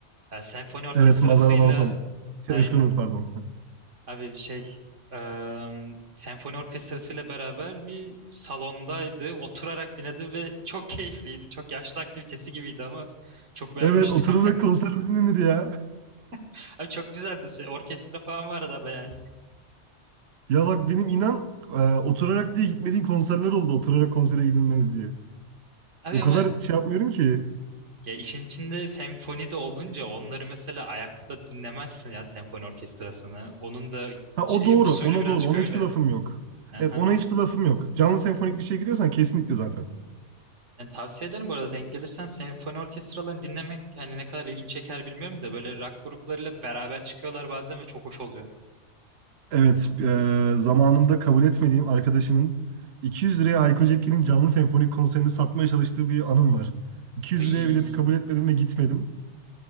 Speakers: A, on the right (about 85°); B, on the right (about 65°).
A: Ee, senfoni orkestrasıyla
B: Evet Mazara'dan son.
A: aynen.
B: Şey, Özkan Uğur pardon. Hı.
A: Abi şey eee, senfoni orkestrasıyla beraber bir salondaydı. Oturarak dinledi ve çok keyifliydi. Çok yaşlı aktivitesi gibiydi ama çok beğenmiştim.
B: Evet oturarak konser mi dinlenir ya?
A: <laughs> Abi çok güzeldi. Orkestra falan vardı ama yani.
B: Ya bak benim inan e, oturarak diye gitmediğim konserler oldu. Oturarak konsere gidilmez diye.
A: Abi
B: O kadar
A: ama
B: şey yapmıyorum ki.
A: Ya işin içinde senfoni de olunca onları mesela ayakta dinlemezsin ya senfoni orkestrasını. Onun da
B: Ha
A: şeyi
B: o doğru.
A: usulü
B: Ona
A: birazcık
B: doğru. Ona
A: öyle.
B: hiçbir lafım yok.
A: Aha.
B: Evet ona hiçbir lafım yok. Canlı senfonik bir şey gidiyorsan kesinlikle zaten.
A: Yani tavsiye ederim bu arada denk gelirsen senfoni orkestralarını dinlemek yani ne kadar ilgin çeker bilmiyorum da böyle rock gruplarıyla beraber çıkıyorlar bazen ve çok hoş oluyor.
B: Evet eee, zamanında kabul etmediğim arkadaşımın 200 liraya Hayko Cepkin'in canlı senfonik konserini satmaya çalıştığı bir anım var. 200
A: Ay
B: liraya bileti kabul etmedim ve gitmedim.